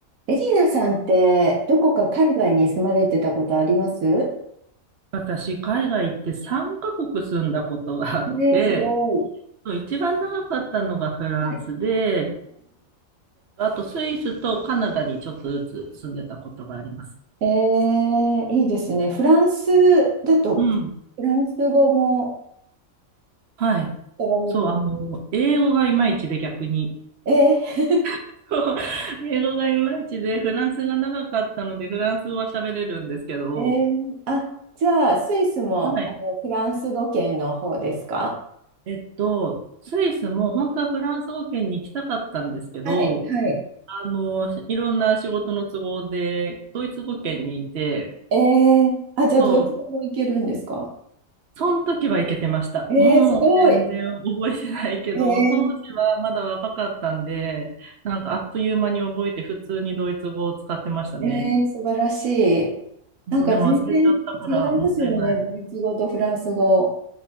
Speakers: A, on the right; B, on the right.
A: エリーナさんって、どこか海外に住まれてたことあります
B: 私、海外行って3カ国住んだことがあって、
A: ねえ、すごい。
B: 一番長かったのがフランスで、
A: はい。
B: あとスイスとカナダにちょっとずつ住んでたことがあります。
A: ええええいいですね。フランスだと、
B: うん。
A: フランス語も、
B: はい。
A: 使われるの。
B: そう、あの、英語がいまいちで逆に。
A: ええ
B: <laughs> 英語がいまいちで、フランスが長かったので、フランス語は喋れるんですけど、
A: ええあ、じゃあ、スイスも、
B: はい。
A: あの、フランス語圏の方ですか
B: えっと、スイスも本当はフランス語圏に行きたかったんですけど、
A: はい、はい。
B: あの、いろんな仕事の都合で、ドイツ語圏にいて、
A: ええあ、じゃあ、
B: そう、
A: ドイツ語もいけるんですか
B: その時は行けてました。
A: ええすごい。
B: もう全然覚えてないけど、
A: ええ
B: 当時はまだ若かったんで、なんかあっという間に覚えて普通にドイツ語を使ってましたね。
A: えー、素晴らしい。
B: もうでも忘れちゃったからもったいない。
A: なんか全然違いますよね、ドイツ語とフランス語。